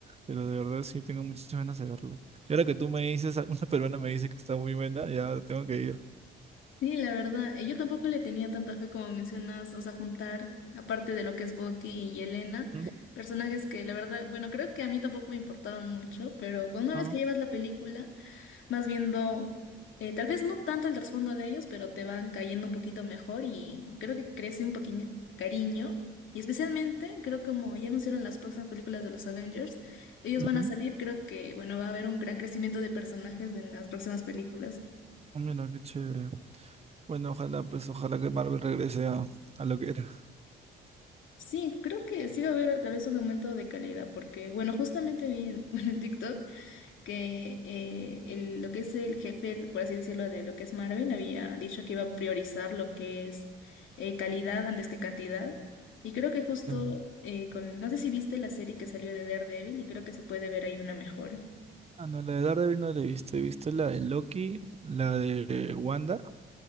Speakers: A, on the right; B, on the left.
A: Pero de verdad sí tengo muchas ganas de verla. Y ahora que tú me dices, una peruana me dice que está muy buena, ya tengo que ir.
B: Sí, la verdad, eh, yo tampoco le tenía tanta fe como mencionas, o sea, juntar, aparte de lo que es Bucky y Elena,
A: Ujú,
B: personajes que la verdad, bueno, creo que a mí tampoco me importaban mucho, pero con una
A: claro.
B: vez que llevas la película, vas viendo, eh, tal vez no tanto el trasfondo de ellos, pero te van cayendo un poquito mejor y creo que crece un poquito cariño. Y especialmente, creo que como ya anunciaron las próximas películas de los Avengers, ellos
A: ujú.
B: van a salir, creo que, bueno, va a haber un gran crecimiento de personajes en las próximas películas.
A: Mira, qué chévere. Bueno, ojalá, pues, ojalá que Marvel regrese a, a lo que era.
B: Sí, creo que sí va a haber tal vez un aumento de calidad, porque bueno, justamente vi en, <laughs> bueno, en TikTok que eh, el- lo que es el jefe, por así decirlo, de lo que es Marvel, había dicho que iba a priorizar lo que es eh, calidad antes que cantidad. Y creo que justo
A: Claro.
B: eh, con, no sé si viste la serie que salió de Daredevil y creo que se puede ver ahí una mejora.
A: Ah, no, la de Daredevil no la he visto. He visto la de Loki, la de Wanda,